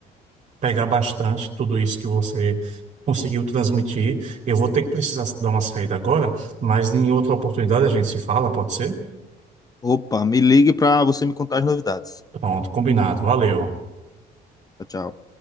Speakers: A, on the right; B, on the left.
A: pegar bastante tudo isso que você conseguiu transmitir. Eu vou ter que precisar dar uma saída agora, mas em outra oportunidade a gente se fala, pode ser?
B: Opa, me ligue para você me contar as novidades.
A: Pronto, combinado. Valeu.
B: Tchau, tchau.